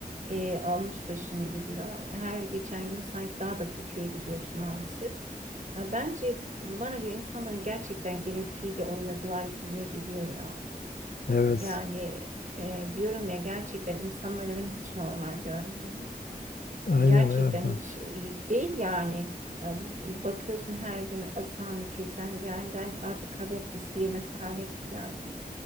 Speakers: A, on the right; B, on the left.
A: e, almış başını gidiyor. Her geçen gün sanki daha da kötüye gidiyoruz maalesef. Ya bence bana göre insanların gerçekten genetiğiyle oynadılar gibime geliyor ya.
B: Evet.
A: Yani e, diyorum ya gerçekten insanları ben hiç normal görmüyorum.
B: Aynen
A: Gerçekten
B: evet. evet.
A: hiç e, değil yani. E, Bakıyorsun her gün asan, kesen yani ben artık haber izleyemez hale geldim.